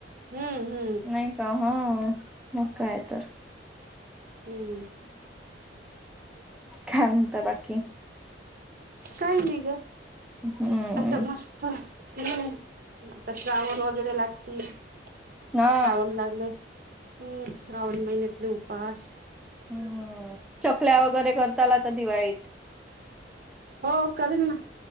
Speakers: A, on the right; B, in the centre.
A: हम्म हम्म.
B: नाही का हा मग काय तर.
A: हम्म.
B: काय म्हणता बाकी?
A: काही नाही गं
B: हम्म
A: आता मस्त हम्म. आता श्रावण वगैरे लागतील श्रावण
B: हा
A: लागले हम्म श्रावण महिन्यातले उपास.
B: हम्म चकल्या वगैरे करताल आता दिवाळीत
A: हो करीन ना.